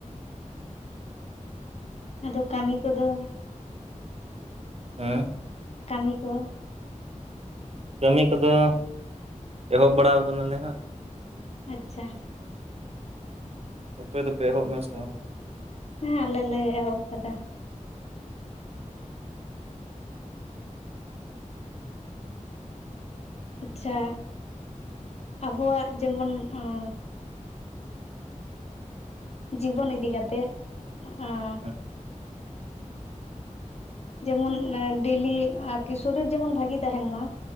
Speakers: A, on the left (about 55°); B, on the right (about 50°).
A: ᱟᱫᱚ ᱠᱟᱹᱢᱤ ᱠᱚᱫᱚ
B: ᱦᱮᱸ
A: ᱠᱟᱹᱢᱤ ᱠᱚ
B: ᱠᱟᱹᱢᱤ ᱠᱚᱫᱚ ᱮᱦᱚᱵ ᱵᱟᱲᱟᱣ ᱠᱟᱱᱟᱞᱮ ᱦᱟᱸᱜ
A: ᱟᱪᱪᱷᱟ
B: ᱟᱯᱮ ᱫᱚᱯᱮ ᱮᱦᱚᱵ ᱮᱱᱟ ᱥᱮ ᱵᱟᱝ
A: ᱦᱮᱸ ᱟᱞᱮ ᱞᱮ ᱮᱦᱚᱵ ᱠᱟᱫᱟ ᱟᱪᱪᱷᱟ ᱟᱵᱚᱣᱟᱜ ᱡᱮᱢᱚᱱ ᱚᱸ ᱡᱤᱵᱚᱱ ᱤᱫᱤ ᱠᱟᱛᱮ ᱮᱸ
B: ᱦᱮᱸ
A: ᱡᱮᱢᱚᱱ ᱰᱮᱞᱤ ᱟᱨᱠᱤ ᱥᱚᱨᱤᱨ ᱡᱮᱢᱚᱱ ᱵᱷᱟᱜᱤ ᱛᱟᱦᱮᱱ ᱢᱟ